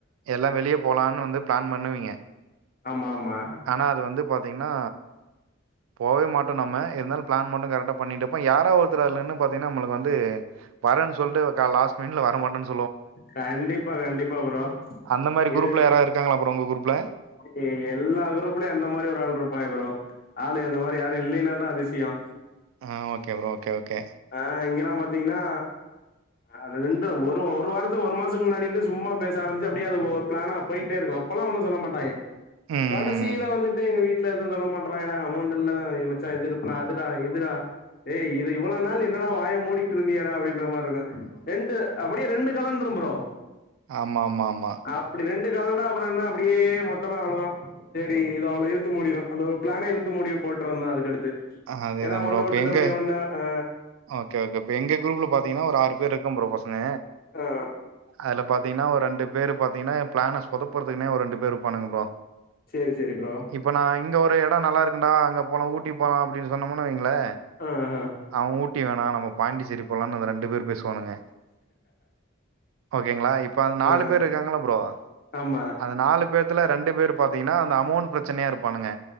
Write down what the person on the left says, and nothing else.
ஆமா ஆமா
கண்டிப்பா கண்டிப்பா ப்ரோ
இது
இ எல்லா குரூப்லயும் அந்த மாரி ஒரு ஆள் இருப்பாய்ங்க ப்ரோ ஆளு அந்த மாரி யாரும் இல்லைனா தான் அதிசயம்
ஆ இங்கெல்லாம் பாத்தீங்கன்னா அது ரெண்டு ஒரு ஒரு வாரத்து ஒரு மாசத்துக்கு முன்னாடி இருந்து சும்மா பேச ஆம்பிச்சா அப்டியே அது ஒரு பிளானா போய்டே இருக்கும் அப் அப்பல்லா ஒன்னு சொல்ல மாட்டாய்ங்க
கடைசில வந்துட்டு எங்க வீட்ல எதுவு சொல்ல மாட்றாங்கடா அமௌண்ட் இல்ல ஏ மச்சா எது பிளா அது இதுடா ஏ இத இவ்ளோ நாள் என்னடா வாய மூடிட்டு இருந்தியேடா அப்டின்ற மாரி இருக்கு ரெண்டு அப்டியே ரெண்டு கலந்துரு ஃப்ரோ
அப்டி ரெண்டு கலண்டா அப்பறோ என்ன அப்டியே மொத்தமா அவ்ளோ தா சேரி இது அவ்ளோ இழுத்து மூடிறும் அந்த ஒரு பிளானே இழுத்து முடி போட்றோ தா அதுக்கடுத்து
ஏன்னா ஒண்ணு
விட்டுட்டு
அப்டியே ஒண்ணு ஆ
ஆ
சேரி சேரி ஃப்ரோ
ஆ ஆ
ஆ
ஆமா